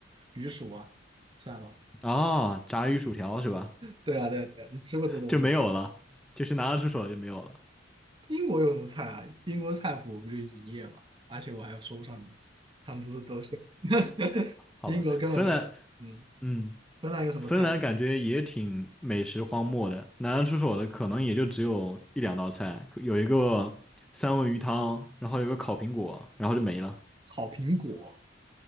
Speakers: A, on the right; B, in the centre.
A: 鱼薯啊，算吗？
B: 啊、炸鱼薯条是吧？
A: 对啊，对啊，对啊，你吃过这东西？
B: 就没有了，就是拿得出手就没有了。
A: 英国有什么菜啊？英国菜谱不就一页吗？而且我还说不上名字，他们不是都是 <laughs>
B: 好吧，
A: 英国根本没有。
B: 芬兰，
A: 嗯，
B: 嗯，
A: 芬兰有什么菜？
B: 芬兰感觉也挺美食荒漠的，拿得出手的可能也就只有一两道菜，可有一个三文鱼汤，然后有个烤苹果，然后就没了。
A: 烤苹果，